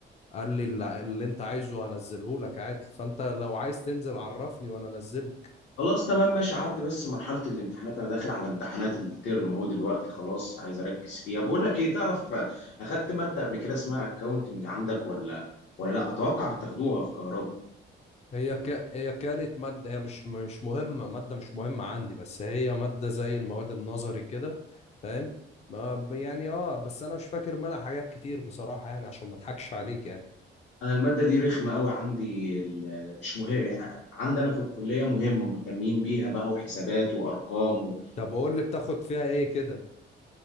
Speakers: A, on the left; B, on the left.
A: قال لي اللي, اللي انت عايزه هنزله لك عادي فانت لو عايز تنزل عرفني وانا انزله
B: خلاص تمام ماشي عدي بس مرحلة الامتحانات انا داخل على امتحانات الترم اهو دلوقتي خلاص عايز اركز فيها بقول لك ايه تعرف اخدت مادة قبل كده اسمها اكاونتنج عندك ولا ولا لا اتوقع بتاخدوها في كهرباء
A: هي ك... هي كانت ماده هي مش مش مهمه ماده مش مهمه عندي بس هي ماده زي المواد النظري كده فاهم ما- يعني اه بس انا مش فاكر منها حاجات كتير بصراحه يعني عشان ما اضحكش عليك يعني
B: انا المادة دي رخمة قوي عندي ال- مش مهم عندنا في الكلية مهمة مهتمين بيها بقى وحسابات وارقام و...
A: طب قول لي بتاخد فيها ايه كده